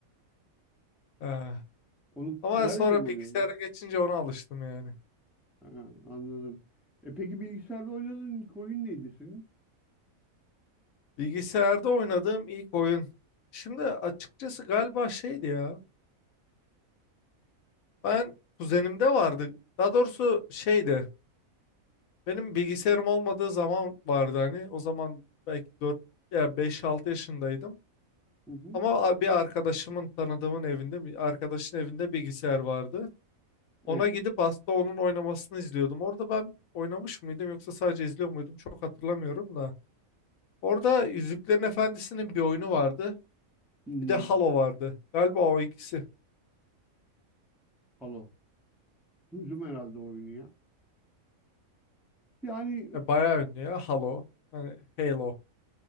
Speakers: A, on the left (about 80°); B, in the centre.
A: Ah.
B: Onu
A: Ama
B: klavyeyle
A: sonra
B: mi
A: bilgisayara
B: oynuyordun?
A: geçince ona alıştım yani.
B: Ha, anladım. E peki bilgisayarda oynadığın ilk oyun neydi senin?
A: Bilgisayarda oynadığım ilk oyun. Şimdi açıkçası galiba şeydi ya. Ben kuzenimde vardı. Daha doğrusu şeydi. Benim bilgisayarım olmadığı zaman vardı hani. O zaman belki 4 ya beş altı yaşındaydım.
B: Hı hı.
A: Ama a- bir arkadaşımın tanıdığımın evinde bir arkadaşın evinde bilgisayar vardı.
B: Evet.
A: Ona gidip aslında onun oynamasını izliyordum. Orada ben oynamış mıydım yoksa sadece izliyor muydum çok hatırlamıyorum da. Orada Yüzüklerin Efendisi'nin bir oyunu vardı.
B: Hı hı.
A: Bir de Halo vardı. Galiba o ikisi.
B: Halo. Duydum herhalde oyunu ya. Yani
A: E, bayağı ünlü ya Halo. Hani Halo.